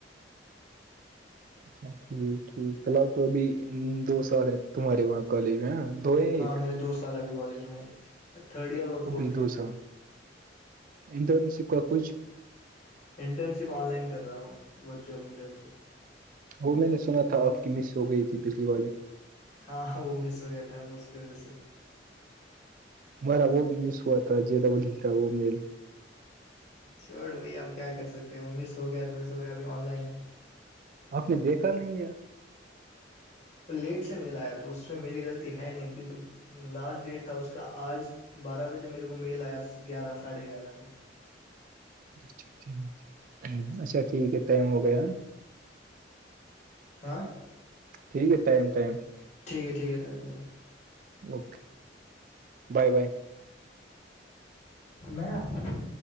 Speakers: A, on the right; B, on the left.
A: اچھا ٹھیک ٹھیک فی الحال تو ابھی دو سال تمہارے وہ کالج میں ہاں دو ہیں
B: ہاں
A: ایک
B: میرے دو سال ابھی کالج میں ہے تھرڈ ایئر اور
A: ابھی
B: فورتھ ایئر
A: دو سال انٹرن شپ کا کچھ
B: انٹرن شپ آن لائن کر رہا ہوں ورچوئل انٹرن شپ
A: وہ میں نے سنا تھا آپ کی مس ہو گئی تھی پچھلی والی
B: ہاںاں وہ مس ہو گیا تھا اس کی وجہ سے
A: ہمارا وہ بھی مس ہوا تھا جے ڈبل ہی کا وہ میل
B: چوٹ بھائی آپ کیا کر سکتے ہو مس ہو گیا تو مس ہو گیا ابھی آن لائن ہے
A: آپ نے دیکھا نہیں ہے
B: لیٹ سے ملایا تو اس میں میری غلطی ہے نہیں کیونکہ <unintelligible> لاسٹ ڈیٹ تھا اس کا آج بارہ بجے میرے کو میل آیا گیارہ ساڑھے گیارہ کو
A: اچھا ٹھیک ہے اچھا ٹھیک ہے ٹائم ہو گیا
B: ہاں
A: ٹھیک ہے ٹائم ٹائم
B: ٹھیک ہے ٹھیک ہے ت ب
A: اوکے بائے بائے
B: میں <unintelligible>